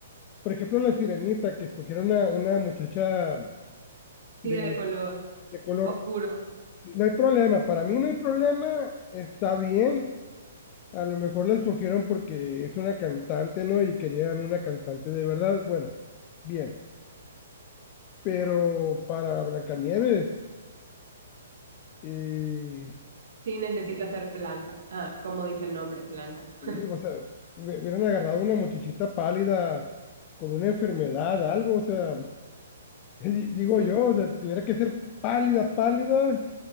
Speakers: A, on the left; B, on the right.
A: Por ejemplo, La Sirenita, que escogieron a una muchacha de,
B: Sí, de color
A: de color.
B: oscuro.
A: No hay problema, para mí no hay problema, está bien. A lo mejor la escogieron porque es una cantante, ¿no? Y querían una cantante de verdad. Bueno, bien. Pero para Blancanieves, y,
B: Sí, necesita ser blanca. Ah, como dice el nombre, blanca.
A: y,
B: <laughs>
A: o sea, me- hubieran agarrado una muchachita pálida con una enfermedad, algo, o sea, <laughs> di- digo
B: Sí,
A: yo, o sea, tuviera que ser pálida, pálida,